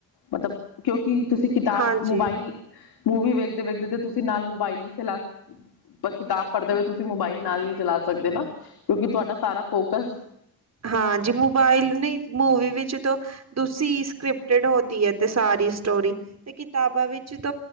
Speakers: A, on the left; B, on the right.
A: ਮਤਲਬ ਕਿਉਂਕਿ ਤੁਸੀਂ ਕਿਤਾਬ
B: ਹਾਂਜੀ
A: ਮੋਬਾਇਲ ਮੂਵੀ ਵੇਖਦੇ ਵੇਖਦੇ ਤੁਸੀਂ ਨਾਲ ਮੋਬਾਇਲ ਵੀ ਚਲਾ ਪਰ ਕਿਤਾਬ ਪੜ੍ਹਦੇ ਹੋਏ ਤੁਸੀਂ ਮੋਬਾਇਲ ਨਾਲ ਨਹੀਂ ਚਲਾ ਸਕਦੇ ਨਾ ਕਿਉਂਕਿ ਤੁਹਾਡਾ ਸਾਰਾ ਫੋਕਸ
B: ਹਾਂ ਜੀ ਮੋਬਾਇਲ ਨਹੀਂ ਮੂਵੀ ਵਿੱਚ ਤ ਦੂਸੀ ਸਕ੍ਰਿਪਟਡ ਹੋਦੀ ਹੈ ਤੇ ਸਾਰੀ ਸਟੋਰੀ ਤੇ ਕਿਤਾਬਾਂ ਵਿੱਚ ਤ